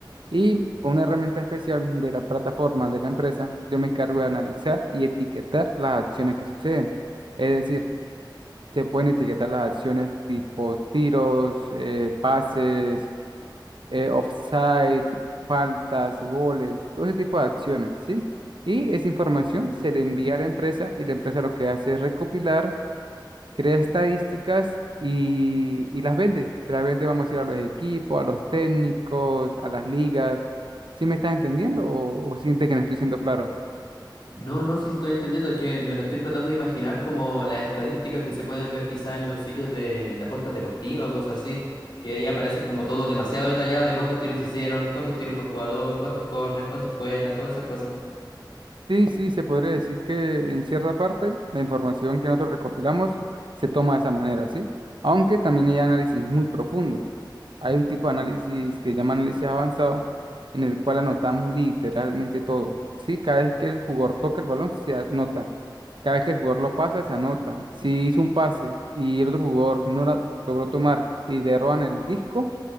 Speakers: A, on the right (about 80°); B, on the left (about 70°).
A: Y con una herramienta especial de la plataforma de la empresa, yo me encargo de analizar y etiquetar las acciones que suceden. Es decir, se pueden etiquetar las acciones tipo tiros, eh, pases, eh, offside, faltas, goles, todo ese tipo de acciones, ¿sí? Y esa información se le envía a la empresa y la empresa lo que hace es recopilar crea estadísticas y, y las vende. Se las vende, vamos a decir, a los equipos, a los técnicos, a las ligas. ¿Sí me estás entendiendo o, o sientes que no estoy siendo claro?
B: No, no, sí estoy entendiendo, es que me lo estoy tratando de imaginar como las estadísticas que se pueden ver quizás en los sitios de, de apuestas deportivas o cosas así, que ahí aparece como todo demasiado detallado de cuántos tiros hicieron, cuántos tiros por jugador, cuántos corners, cuántos fuera, todas esas cosas.
A: Sí, sí, se podría decir que en cierta parte la información que nosotros recopilamos se toma de esa manera, ¿sí? Aunque también hay análisis muy profundos. Hay un tipo de análisis que se llama análisis avanzado, en el cual anotamos literalmente todo, ¿sí? Cada vez que el jugador toca el balón se anota, cada vez que el jugador lo pasa se anota. Si hizo un pase y el otro jugador no la logró tomar y le roban el disco,